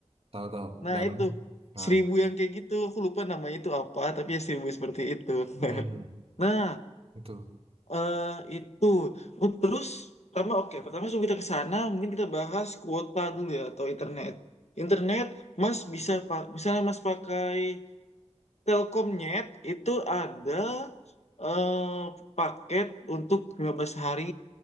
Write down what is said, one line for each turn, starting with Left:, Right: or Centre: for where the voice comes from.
Right: tahu tahu,
Left: nah
Right: dalam,
Left: itu
Right: nah,
Left: seribu yang kayak gitu aku lupa namanya itu apa tapi ya seribu seperti itu. <laughs>
Right: hmm,
Left: Nah
Right: itu.
Left: eh itu Oh, terus pertama oke pertama sebelum kita ke sana mungkin kita bahas kuota dulu ya atau internet internet mas bisa pak misalnya mas pakai Telkomnet itu ada eh, paket untuk 15 hari